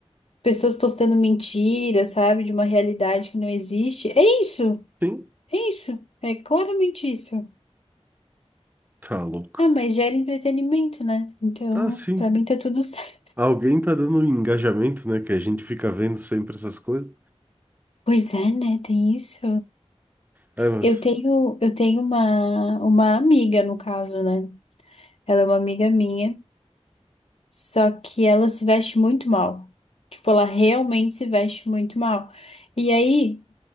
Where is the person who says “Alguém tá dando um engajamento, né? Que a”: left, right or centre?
Right